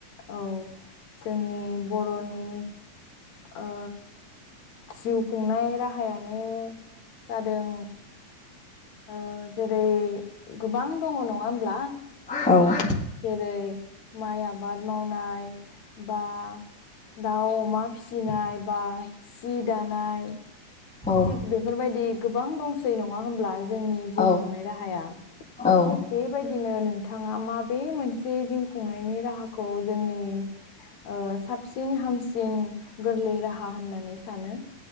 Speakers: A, on the left; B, in the centre.
A: औ जोंनि बर'नि ओ जिउ खुंनाय राहायानो जादों ओ जेरै गोबां दङ' नङा होमब्ला
B: औ
A: जेरै माइ आबाद मावनाय बा दाउ अमा फिसिनाय बा सि दानाय
B: औ
A: थिग बेफोरबायदि गोबां दंसै नङा होनोमब्ला ज जोंनि जिउ
B: औ
A: खुंनाय राहाया
B: औ
A: थिग बेबायदिनो नों थाङा माबे मोनस से जिउ खुंनायनि राहाखौ जोंनि ओ साबसिन- हामसिन गोरलै राह हा होननानै सानो